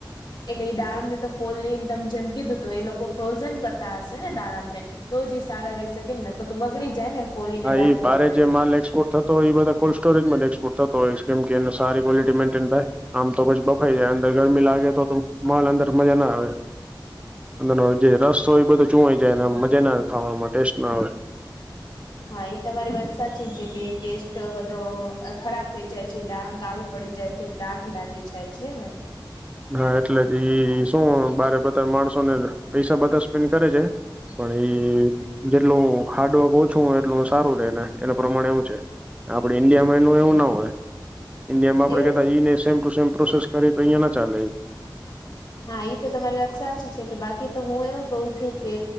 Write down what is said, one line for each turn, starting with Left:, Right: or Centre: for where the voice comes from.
Left: એટલે એ દાડમ ને તો ફોલી ને તમ જેમ કીધું તો એ લોકો ફ્રોઝન કરતા હશે ને દાડમ ને તો જ સારા રહી શકે ને નકતો બગડી જાય ને ફોલીને
Right: હા
Left: રાખે
Right: એ બારે
Left: એટલે
Right: જે માલ એક્સપોર્ટ થતો તો એ બધા કોલ્ડ સ્ટોરેજમાં ડેક્સપોર્ટ થતો હોય કેમ એને સારી ક્વલિટી મેઇન્ટેન થાય આમ તો પછ બફાઈ જાય અંદર ગરમી લાગે તો તો માલ અંદર મજા ના આવે અંદરનો જે રસ હોય એ બધો ચુવાઈ જાય અને મજા ના આવે ખાવામાં ટેસ્ટ ના આવે
Left: હા એ તમારી વાત સાચી છે કે ટેસ્ટ બધો ખરાબ થઈ જાય છે દાડમ કાળુ પડી જાય છે દાગ લાગે જાય છે ને
Right: હા એટલે જ ઈ શું બારે બધા માણસોને પૈસા બધા સ્પેન્ડ કરે છે. પણ એ જેટલું હાર્ડવર્ક ઓછું હોય એટલું સારું રે ને એના પ્રમાણે એવું છે. આપડે ઈન્ડિયા માં એનું એવું ના હોય ઈન્ડિયા માં આપડે
Left: એવું
Right: કેતા ઈને સેમ ટુ સેમ પ્રોસેસ કરી તો અયા ચાલે
Left: હા એ તો તમારી વાત સાચી છે કે બાકી તો હું એવું કઉ છું કે